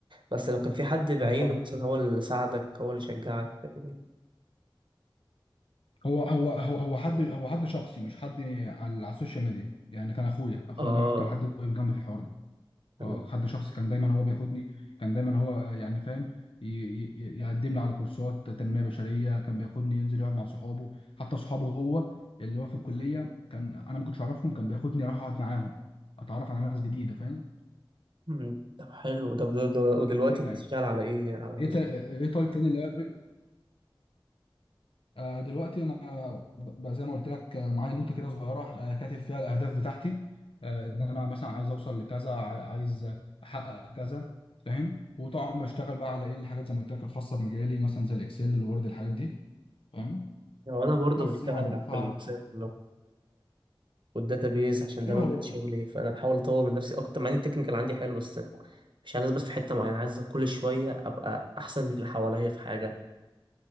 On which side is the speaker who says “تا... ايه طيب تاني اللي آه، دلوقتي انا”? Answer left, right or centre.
Left